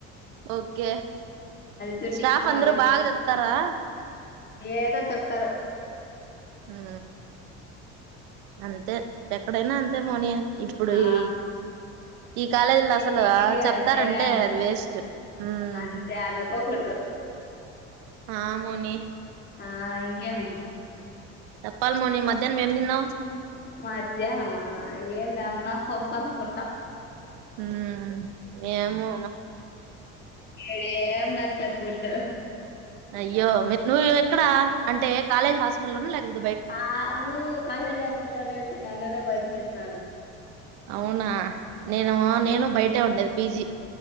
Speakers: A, on the right (about 80°); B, on the left (about 35°).
A: ఓకే
B: సిటిక్స్
A: స్టాఫ్
B: ప్రాజెక్ట్
A: అందరుూ బాగా
B: అని
A: చెప్తారా
B: ఏదో చెప్ తరు
A: ఆ అంతే ఎక్కడైనా అంతే మోని ఇప్పుడు
B: ఆ
A: ఈ ఈ కాలేజీలో అసలు
B: డిగ్రీ
A: చెప్తారంటే
B: అంతేనే అంత
A: అది వేస్ట్ ఉమ్
B: అంతే అనూకోకూడదు
A: హా మోని
B: హాయ్ ఏమి
A: చెప్పాలి మోని మధ్యానం ఎమ్ తిన్నావ్
B: మధ్యానామా ఏంలే అన్నం పప్పు అనుకుంటా
A: హుమ్ ఏమో
B: ఇడ ఏం నచ్చదు ఫుడ్డు
A: అయ్యో మీ నువ్వు ఎక్కడ అంటే కాలేజ్ హాస్టల్ లోన లేకపోత్
B: ఆఊ కాలేజ్ హాస్టల్ లోనే ఉంటే అలానే బయటికి వచ్చేద్ తను
A: అవునా నేను, నేను బయటే ఉండేది. పిజి